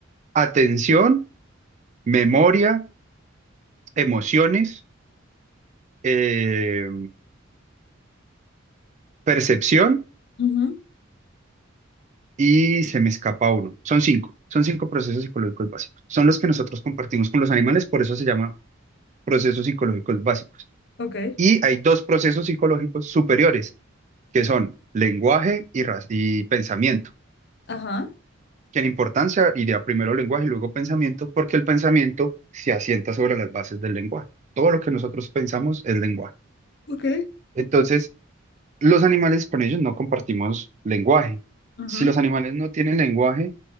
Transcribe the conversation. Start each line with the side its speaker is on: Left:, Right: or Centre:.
Right: Atención, memoria, emociones, eh, percepción
Left: ujú,
Right: y se me escapa uno. Son cinco, son cinco procesos psicológicos básicos. Son los que nosotros compartimos con los animales, por eso se llama procesos psicológicos básicos.
Left: ok,
Right: Y hay dos procesos psicológicos superiores, que son lenguaje y, ra- y pensamiento,
Left: ajá,
Right: que en importancia iría primero lenguaje y luego pensamiento, porque el pensamiento se asienta sobre las bases del lenguaje. Todo lo que nosotros pensamos es lenguaje.
Left: ok,
Right: Entonces, los animales con ellos no compartimos lenguaje.
Left: ujú,
Right: Si los animales no tienen lenguaje,